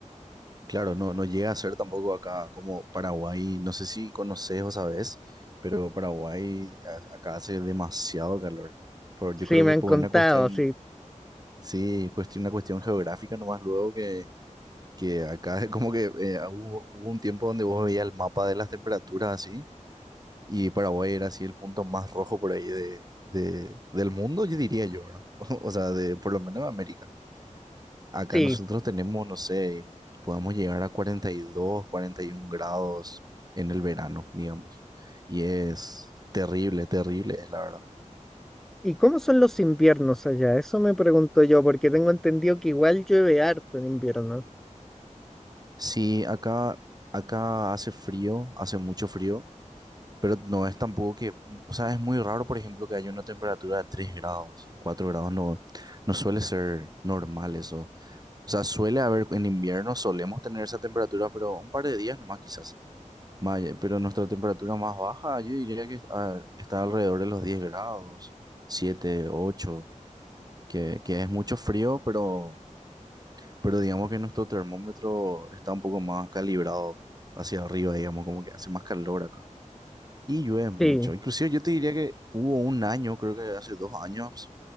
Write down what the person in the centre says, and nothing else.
Sí,
me
han
contado,
sí,
sí,
¿Y cómo son los inviernos allá? Eso me pregunto yo, porque tengo entendido que igual llueve harto en invierno.
Sí.